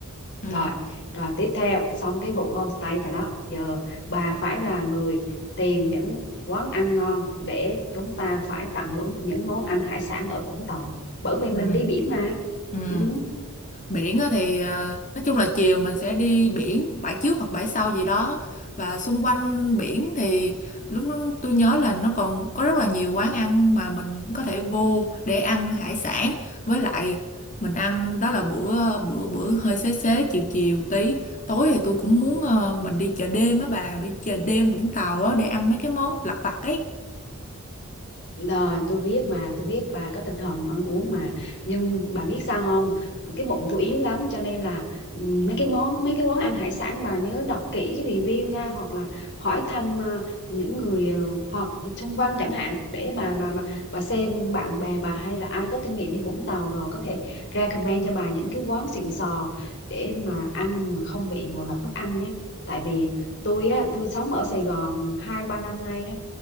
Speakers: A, on the left; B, on the left.
A: ừ
B: rồi rồi tiếp theo xong cái vụ homestay rồi đó giờ bà phải là người tìm những quán ăn ngon để chúng ta phải tận hưởng những món ăn hải sản ở Vũng Tàu bởi vì mình
A: ừ
B: đi biển mà
A: ừ
B: ừ
A: Biển á thì ờ, nói chung là chiều mình sẽ đi biển bãi trước hoặc bãi sau gì đó và xung quanh biển thì lúc đó tôi nhớ là nó còn có rất là nhiều quán ăn mà mình có thể vô để ăn hải sản với lại mình ăn đó là bữa bữa bữa hơi xế xế chiều chiều tí tối thì tôi cũng muốn ờ, mình đi chợ đêm á bà đi chợ đêm Vũng Tàu á để ăn mấy cái món lặt vặt ấy
B: Rồi tôi biết mà tôi biết bà có tinh thần ăn uống mà nhưng bà biết sao không cái bụng tôi yếu lắm cho nên là ừ, mấy cái món mấy cái quán ăn hải sản bà nhớ đọc kỹ cái review nha hoặc là hỏi thăm ờ, những người ờ, hoặc xung quanh chẳng hạn để bà bà bà bà xem bạn bè bà hay là ai có kinh nghiệm đi Vũng Tàu rồi có thể recommend cho bà những cái quán xịn sò để mà ăn mà không bị ngộ độc thức ăn nhé tại vì tôi á tôi sống ở Sài Gòn hai ba năm nay á,